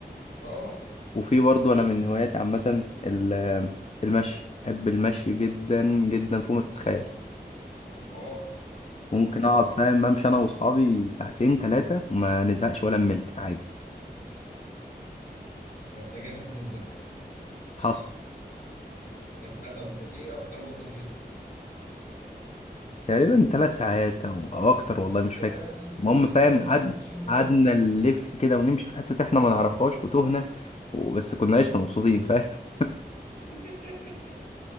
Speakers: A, on the left; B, on the left.
A: اه
B: وفي برضه انا من هواياتي عامه ال- المشي بحب المشي جدا جدا فوق ما تتخيل
A: الله
B: ممكن
A: الله
B: اقعد فاهم امشي انا واصحابي ساعتين ثلاثه وما نزهقش ولا نمل عادي
A: طب ده جامد مدة
B: حصل
A: انت طب ايه اكتر مدة مشيتها
B: تقريبا ثلاث ساعات او او اكتر والله مش
A: يا
B: فاكر
A: دين
B: المهم
A: امي
B: فاهم
A: ثلاث
B: قعدنا
A: ساعات مشيهم ورا
B: قعدنا
A: بعض
B: نلف كده ونمشي في حته احنا ما نعرفهاش وتهنا وبس كنا قشطه مبسوطين فاهم
A: <laughs>